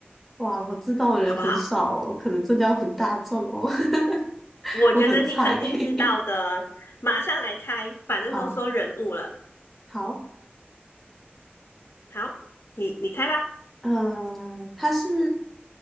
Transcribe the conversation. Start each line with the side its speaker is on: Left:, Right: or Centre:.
Centre: 哇，我知道的人很少哦，
Left: 好不好？
Centre: 可能真的要很大众哦，<laughs>
Left: 我觉得你肯定知道的，
Centre: 我很菜。<laughs>
Left: 马上来猜，反正都说人物了。
Centre: 好，好，
Left: 好，你你猜吧，
Centre: 嗯、他是